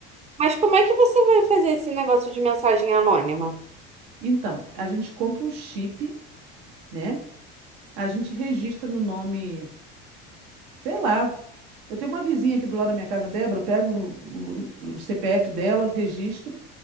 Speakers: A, on the right (about 20°); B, on the right (about 75°).
A: mas como é que você vai fazer esse negócio de mensagem anônima?
B: Então, a gente compra um chip, né? A gente registra no nome, sei lá. Eu tenho uma vizinha aqui do lado da minha casa, Débora, eu pego o, o o CPF dela, registro.